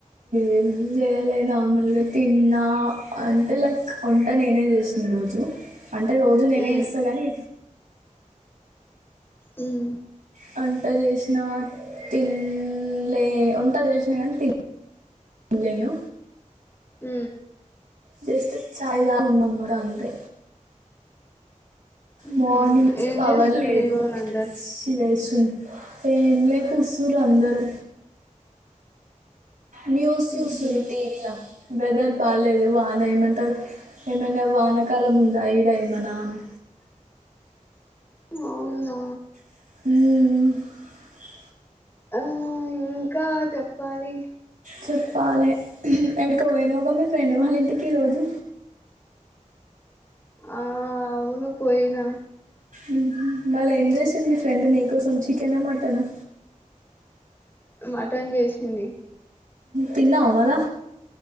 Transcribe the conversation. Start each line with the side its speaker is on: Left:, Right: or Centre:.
Right: ఏం చేయలె. నార్మల్గా తిన్నా అంటే లైక్ వంట నేనే చేస్ ఈ రోజు. అంటే, రోజు నేనే
Left: ఏం
Right: చేస్తా గాని,
Left: మ్
Right: వంట చేసినా తిన్లే. వంట చేసినా గాని తిన్ లేను.
Left: మ్
Right: జస్ట్ చాయ్ తాగి ఉన్నము రా అంతే.
Left: ఉహు
Right: మార్నింగ్ నుంచి
Left: ఏం
Right: పవర్
Left: చేస్తుర్రు
Right: లేదు.
Left: మీ వోళ్ళందరు
Right: పిచ్చి లేస్తున్ టేన్లే కూసురు అందరు న్యూస్ చూస్తుర్రు
Left: ఉహు
Right: టీవి ల. వెదర్ బాలేదు వాన ఏమంటవ్? ఏమైనా వానకాలం ఉందా ఈడ ఏమనా అని.
Left: <inaudible> అవునా
Right: ఉమ్ మ్
Left: ఆ ఇంకా చెప్పాలి
Right: చెప్పాలే ఎడికోపోయినావు మొన్న ఫ్రెండ్ వాళ్ళ ఇంటికి ఈరోజు
Left: ఆ అవును పోయినా
Right: ఉంహు మళ్ళ ఏం చేసింది మీ ఫ్రెండ్ నీకోసం చికెన్ ఆ మట్టన్ ఆ
Left: మటన్ చేసింది
Right: తిన్నావా మల్లా